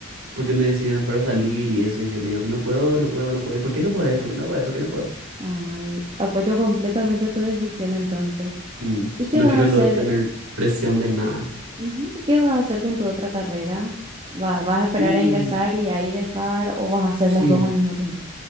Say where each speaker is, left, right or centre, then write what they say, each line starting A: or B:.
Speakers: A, on the right; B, on the right.
A: porque me decían para salir y eso, y yo le digo que no puedo, no puedo, no puedo. ¿Y por qué no podés? ¿Por qué no podés? ¿Por qué no podés?
B: Ay, apoyo completamente tu decisión entonces.
A: Mm,
B: ¿Y qué
A: no
B: vas
A: quiero
B: a hacer?
A: luego tener presión de nada.
B: Ujú, ¿Qué vas a hacer con tu otra carrera? ¿Va- vas a esperar
A: Y
B: a ingresar y ahí dejar o vas a hacer
A: sí,
B: las dos al mismo tiempo?